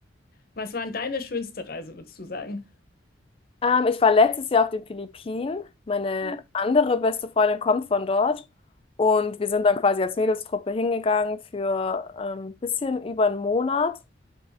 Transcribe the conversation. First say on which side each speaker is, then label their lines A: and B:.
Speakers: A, on the left (about 50°); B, on the left (about 30°).
A: Was war denn deine schönste Reise, würdest du sagen?
B: Ähm, ich war letztes Jahr auf den Philippinen. Meine
A: Mhm.
B: andere beste Freundin kommt von dort. Und wir sind dann quasi als Mädelstruppe hingegangen für ähm, ein bisschen über einen Monat